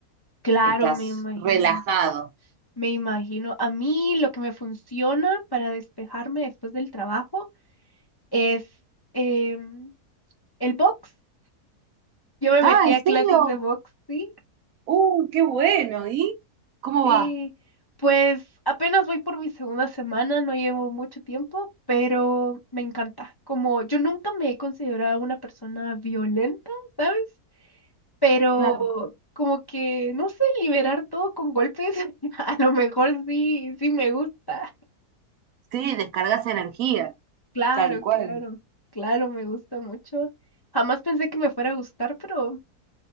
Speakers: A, on the left; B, on the right.
A: Claro,
B: Estás
A: me imagino,
B: relajado.
A: me imagino. A mí lo que me funciona para despejarme después del trabajo es em, el box. Yo me
B: Ah,
A: metí
B: ¿en
A: a clases
B: serio?
A: de box, sí,
B: ¡Uh, qué bueno! ¿Y cómo
A: Y
B: va?
A: pues apenas voy por mi segunda semana, no llevo mucho tiempo, pero me encanta. Como yo nunca me he considerado una persona violenta, ¿sabes? Pero
B: Claro.
A: como que, no sé, liberar todo con golpes, <laughs> a lo mejor sí, sí me gusta.
B: Sí, descargas energía.
A: Claro,
B: Tal cual.
A: claro, claro, me gusta mucho. Jamás pensé que me fuera a gustar, pero,